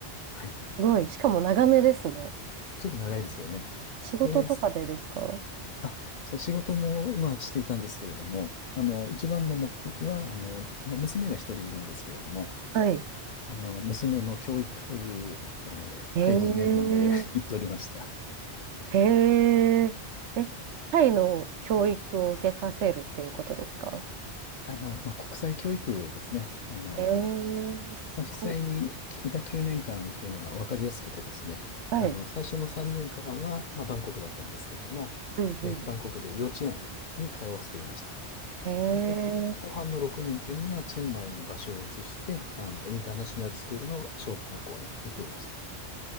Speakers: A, on the left; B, on the right.
A: はい。
B: ごい。しかも長めですね。
A: ちょっと長いですよね。
B: 仕事とかでですか
A: で、すあ、そう、仕事も、まあ、していたんですけれども、あの、一番の目的は、あの、まあ、娘が一人いるんですけれども、
B: はい。
A: あの、娘の教育という、えー大義名分で
B: へえ、
A: <laughs> 言っておりました。
B: へえ。え、タイの教育を受けさせるっていうことですか
A: あの、まあ、国際教育ですね。あの、
B: えー、すごい。
A: まあ、実際にいた9年間っていうのが分かりやすくてですね、
B: はい。
A: あの、最初の3年間は、まあ、バンコクだったんですけれども、
B: うんう
A: えーバンコクで幼稚園に通わせていました。
B: ん。え
A: で、後半の6年っていうのが、チェンマイに場所を移して、あの、インターナショナルスクールの小学校に行っていました。